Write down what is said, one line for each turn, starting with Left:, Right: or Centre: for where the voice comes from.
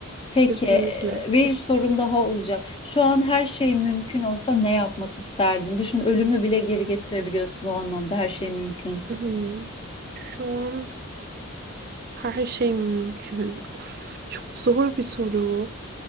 Left: Peki
Right: Kesinlikle.
Left: e, bir sorum daha olacak şu an her şey mümkün olsa ne yapmak isterdin düşün ölümü bile geri getirebiliyorsun o anlamda her şey mümkün.
Right: Hmm, Şu an her şey mümkün. Of, çok zor bir soru.